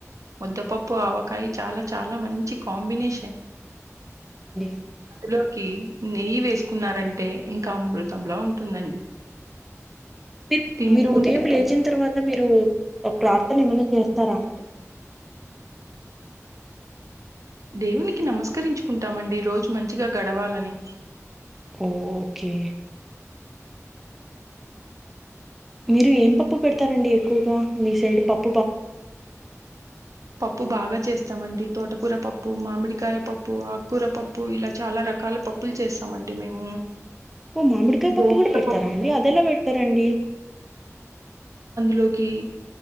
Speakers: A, on the right; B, in the centre.
A: ముద్దపప్పు ఆవకాయి చాలా చాలా మంచి కాంబినేషన్
B: డి
A: లోకి నెయ్యి వేసుకున్నారంటే ఇంకా అమృతంలా ఉంటుందండి
B: మీరు
A: తింటూ
B: మీరు ఉదయం
A: ఉంటే
B: లేచిన తర్వాత మీరు ఒ ప్రాప్ తను ఏమైనా చేస్తారా అండి
A: దేవునికి నమస్కరించుకుంటామండి రోజు మంచిగా గడవాలని
B: ఓ ఓకే మీరు ఏం పప్పు పెడతారండి ఎక్కువగా మీ సైడ్ పప్
A: పప్పు బాగా చేస్తామండి తోటకూర పప్పు మామిడికాయ పప్పు ఆక్కూర పప్పు ఇలా చాలా రకాల పప్పులు చేస్తామండి మేము
B: ఓ మామిడికాయ పప్పు
A: గోంగూర
B: కూడా పెడతారా
A: పప్పు
B: అండి అదెలా పెడతారండి
A: లోకి